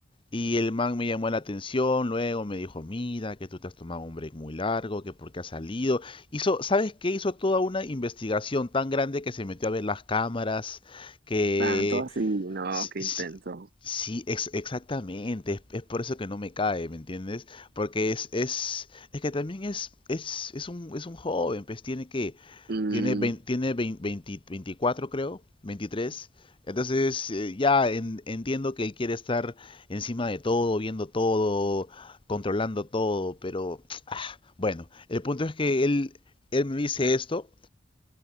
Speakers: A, on the left (about 30°); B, on the right (about 55°).
A: Y el man me llamó la atención, luego me dijo, mira, que tú te has tomado un break muy largo, que por qué has salido. Hizo, ¿sabes qué? Hizo toda una investigación tan grande que se metió a ver las cámaras, que...
B: tanto así, no,
A: Sí,
B: qué intenso.
A: sí, sí, ex- exactamente, es, es por eso que no me cae, ¿me entiendes? Porque es, es, es que también es, es, es un, es un joven, pues tiene que
B: Mm,
A: tiene, vein- tiene vein- 20 24, creo, 23. Entonces, eh, ya en- entiendo que él quiere estar encima de todo, viendo todo, controlando todo, pero <tsk> bueno, el punto es que él, él me dice esto